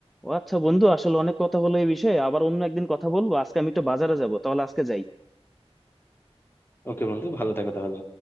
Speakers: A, in the centre; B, on the left (about 20°).
A: ও আচ্ছা বন্ধু আসলে অনেক কথা হলো এই বিষয়ে আবার অন্য একদিন কথা বলবো আজকে আমি একটু বাজারে যাবো তাহলে আজকে যাই
B: ওকে বন্ধু ভালো থাকো তাহলে